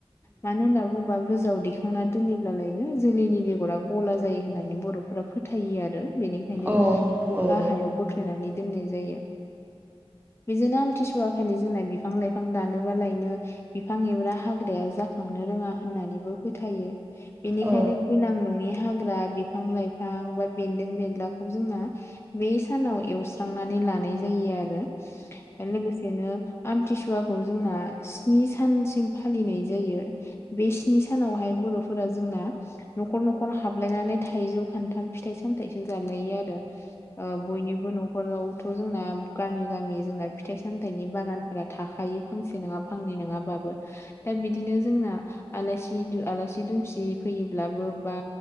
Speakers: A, on the left; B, on the right.
A: मानो होनना बुङोबा गोजाव दैखां ना दोनोब्लालायनो जोलैनि बेगरा गला जायो होननानै बर'फोरा फो थायो आरो बेनिखायनो
B: औ
A: बेखौ
B: औ
A: गाहायाव बोख्लायनानै दोननाय जायो बेजोंनो आमथिसुवा खालि जोंना बिफां लाइफां दानो। बालायनो बिफां एब्रा हाग्राया जाखांनो रोङा होननानैबो फोथायो। बेनिखायनो
B: औ
A: गोनां नङि हाग्रा बिफां लाइफां बा बेन्दों बेनलाखौ जोंना बे सानाव एवस्रांनानै लानाय जायो आरो लोगोसेनो आमथिसु वाखौ जोंना स्नि सानसिम फालिनाय जायो। बे स्नि सानावहाय बर'फोरा जोंना न'खर न'खर हाबलायनानै थाइजौ खान्थाल फिथाइ सामथाइसो जालायो आरो। बयनिबो न'खराव थ' जोंना गामि गामि जोंना फिथाइ सामथाइनि बागानफोरा थाखायो फांसे नङा फांनै नङाबाबो दा बिदिनो जोंना आलासि दुमसि फैयोब्लाबो बा